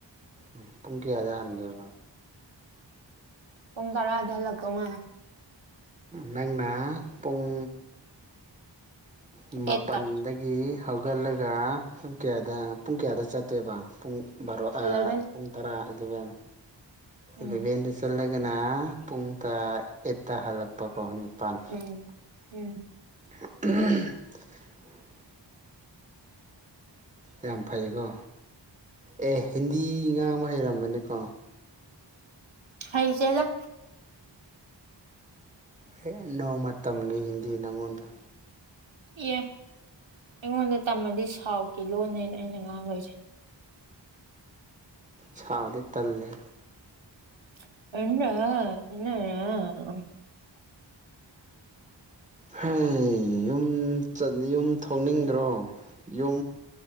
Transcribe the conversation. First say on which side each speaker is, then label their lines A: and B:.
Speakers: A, on the right; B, on the right.
A: ꯎꯝ ꯄꯨꯡ ꯀꯌꯥꯗ ꯍꯟꯗꯕ
B: ꯄꯪꯒꯥꯥ ꯑꯗꯂꯥꯛ ꯀꯃ
A: ꯅꯪꯅ ꯄꯨꯡ ꯃꯥꯄꯜꯗꯒꯤ
B: ꯑꯦꯠꯇ
A: ꯍꯧꯒꯠꯂꯒ ꯄꯨꯡ ꯀꯌꯥꯗ ꯄꯨꯡ ꯀꯌꯥꯗ ꯆꯠꯇꯣꯏꯕ ꯄꯨꯡ ꯔꯣꯥ
B: ꯑꯦꯂꯚꯦꯟ
A: ꯄꯨꯡ ꯇꯔꯥ ꯑꯗꯨꯒ
B: ꯎꯝ
A: ꯕꯤꯂꯦꯟꯗ ꯆꯠꯂꯒꯅ ꯄꯨꯡ ꯇ ꯑꯦꯠꯇ ꯍꯜꯂꯛꯄꯀꯣ꯫ ꯅꯤꯄꯥꯜ
B: ꯎꯝ꯫ ꯎꯝ꯫
A: <unintelligible> ꯌꯥꯝ ꯐꯩꯌꯦꯀꯣ ꯑꯦ ꯍꯤꯟꯗꯤ ꯉꯥꯡꯕ ꯍꯩꯔꯝꯃꯅꯦꯀꯣ꯫
B: ꯍꯩꯆꯦꯂ
A: ꯍꯦ ꯅꯣꯡꯃ ꯇꯝꯒꯦ ꯍꯤꯟꯗꯤ ꯅꯉꯣꯟꯗ꯫
B: ꯑꯦ ꯑꯩꯉꯣꯟꯗ ꯇꯝꯃꯗꯤ ꯁꯥꯎꯠꯀꯤ ꯂꯣꯟꯅꯦ ꯑꯩꯅ ꯉꯥꯡꯗꯣꯏꯖꯦ꯫
A: ꯁꯥꯎꯗꯤ ꯇꯜꯂꯦ꯫
B: <unintelligible> <unintelligible>
A: ꯍꯩ ꯌꯨꯝ ꯆꯠ ꯌꯨꯝ ꯊꯣꯛꯅꯤꯡꯗ꯭ꯔꯣ ꯌꯨꯝ